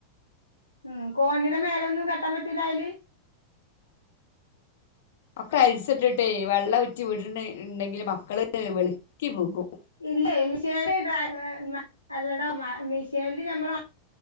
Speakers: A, on the left; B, on the left.
A: ഉം കോണീടെ മേലൊന്നും കെട്ടാൻ പറ്റൂലാ അയല്.
B: ഒക്ക അയിൽസ് ഇട്ടിട്ടെ വെള്ളം ഉറ്റി വിട്ണ് ഇണ്ടെങ്കില് മക്കള് വെള്ക്കി വികും.
A: ഇല്ലെയ് മിഷേല് ടാ ഏഹ് അല്ലടോ മ മിഷേൻല് നമ്മള